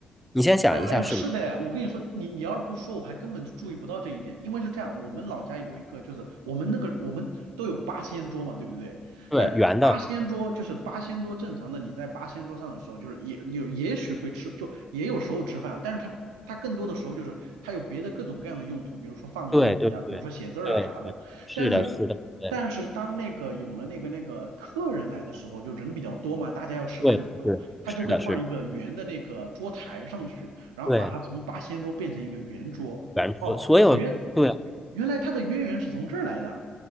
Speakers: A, in the centre; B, on the right (about 80°).
A: 你先想一下是不是？
B: 哎呦哎呦，是的，我跟你说，你你要是不说，我还根本就注意不到这一点。因为是这样，我们老家有一个，就是我们那个我们都有八仙桌嘛，对不对？
A: 对，
B: 但是八仙桌就是八仙桌，
A: 圆的，
B: 正常的你在八仙桌上的时候，就是也有也许会吃，就也有时候吃饭，但是它它更多的时候就是它有别的各种各样的用途，比如说放东西啊，
A: 对对对对对，
B: 比如说写字儿啊啥的。
A: 是的，
B: 但是
A: 是的，对。
B: 但是当那个有了那个那个客人来的时候，就人比较多嘛，大家要吃饭的时候。
A: 对，是是的，
B: 他就会放一个圆的那个桌台上去，
A: 是的，
B: 然后把它从八仙桌变成一个圆桌。
A: 对，圆桌，
B: 哦，
A: 所有对
B: 原原原来它的渊源是从这儿来的。